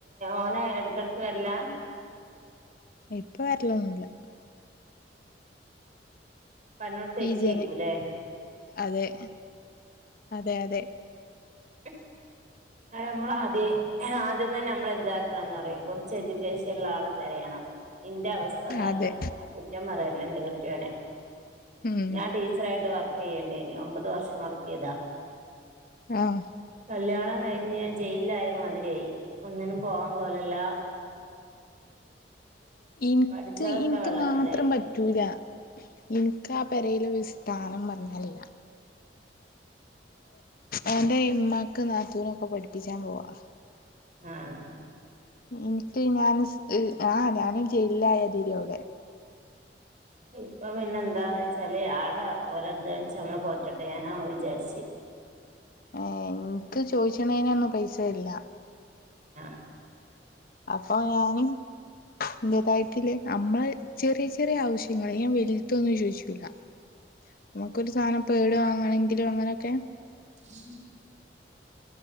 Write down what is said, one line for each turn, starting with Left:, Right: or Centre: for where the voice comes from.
Right: ഓന് എടക്കടക്ക് വര്ല്ലാ
Left: ഇപ്പം വരല്ലൊന്നുല്ല
Right: <unintelligible> തെറ്റിയേക്കൂല്ലേ
Left: ഈ ജന അതെ അതെ അതെ
Right: ഹ് അത് ഞമ്മള് ആദ്യേ ആദ്യം തന്നെ നമ്മൾ എന്താക്കണംന്ന് അറ്യൊ കൊറച്ച് എഡ്യൂക്കേഷൻുള്ള ആളെ തെരയണം ഇന്റെ അവസ്ഥ അതാട്ടോ
Left: അതെ
Right: ഞാൻ കുറ്റം പറ്യല്ല എന്റെ കെട്ട്യോനെ
Left: ഉം
Right: ഞാൻ ടീ ച്ചറായിട്ട് വർക്ക് ചെയേണ്ടേനി ഒമ്പത് വർഷം വർക്ക് ചെയ്താ
Left: ആഹ്
Right: കല്യാണം കഴിഞ്ഞ് ഞാൻ ജയിലിൽ ആയ മാതിരിയായി ഒന്നിനും പോവാൻ കോലല്ല
Left: ഇൻക്ക്
Right: പഠിച്ചതൊക്കെ
Left: ഇൻക്ക്
Right: വെള്ളത്തിലായി
Left: മാത്രം പറ്റൂല ഇൻക്ക് ആ പെരേല് ഒര് സ്ഥാനം പറഞ്ഞാ ല്ല ഓൻ്റെ ഇമ്മാക്ക് നാത്തൂനൊക്കെ പഠിപ്പിച്ചാൻ പോവാ
Right: ആഹ്
Left: ഇൻക്ക് ഞാൻ സ് ആഹ ഞാനും ജയിലിലായതിരി അവുടെ
Right: ഇപ്പം പിന്നെ എന്താന്ന് വെച്ചാല് ആട ഓല് അധ്വാനിച്ച് ഞമ്മളെ പോറ്റട്ടെ ഞാന അത് വിചാരിച്ച്
Left: ഏ ഇൻക്ക് ചോയ്ച്ച് ണേനൊന്നും പൈസ തര്ല
Right: ആഹ്
Left: അപ്പം ഞാന് ഇൻ്റതായിട്ടില്ലെ അമ്മള് ചെറി ചെറേ അവശ്യങ്ങള് ഞാൻ വലുത്തൊന്നും ചോയ്ച്ചൂല ഞമ്മക്കൊരു സാനം പേടുവാങ്ങണെങ്കിലും അങ്ങനൊക്കെ
Right: <inaudible>